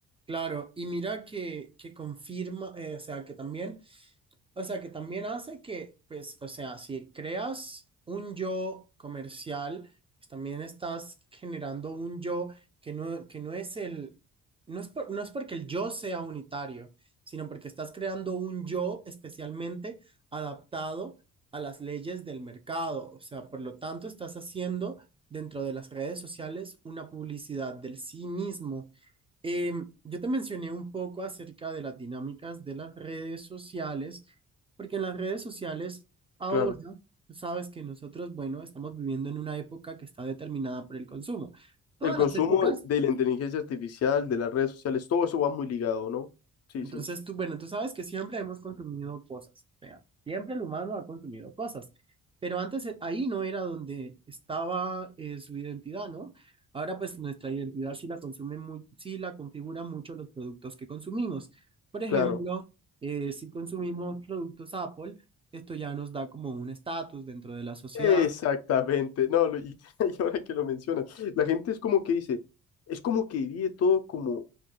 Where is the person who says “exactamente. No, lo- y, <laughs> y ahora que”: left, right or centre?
Left